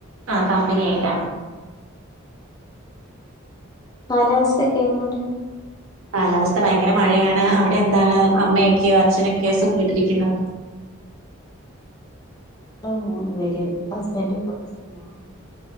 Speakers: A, on the right (about 75°); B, on the left (about 20°).
A: ആ കമ്പനി ആയിട്ട.
B: കാലാവസ്ഥയോക്കെ എങ്ങനുണ്ട്?
A: കാലാവസ്ഥ ഭയങ്കര മഴയാണ് അവിടെ എന്താണ് അമ്മയൊക്കെയോ അച്ഛനൊക്കെയോ സുഖയിട്ടിരിക്കുന്നോ?
B: മൂന്നു പേര് ഹസ്ബന്റ് കൊച്ച് ഞാന്.